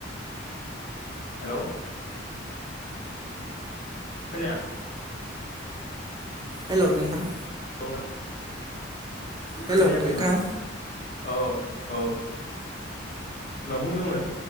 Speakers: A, on the left (about 40°); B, on the right (about 20°).
A: हेलौ। खोनाया।
B: हेल' नोंथां।
A: <unintelligible>
B: हेल'
A: खोनायाखै
B: नोंथां
A: माने औ औ। मा बुंदोंमोन?